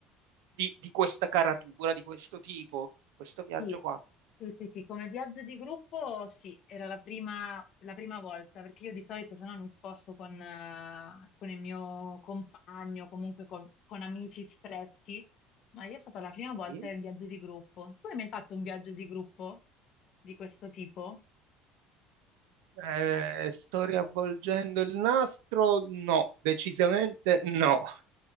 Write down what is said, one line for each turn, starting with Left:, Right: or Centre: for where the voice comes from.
Right: di, di questa caratura, di questo tipo, questo viaggio
Left: Sì,
Right: qua?
Left: sì, sì, sì, come viaggio di gruppo sì, era la prima, la prima volta, perché io di solito se no mi sposto con, eh, con il mio compagno, comunque con, con amici stretti, ma io è stata la prima volta
Right: Sì.
Left: in viaggio di gruppo. Tu hai mai fatto un viaggio di gruppo di questo tipo?
Right: Eh, sto riavvolgendo il nastro? No, decisamente no.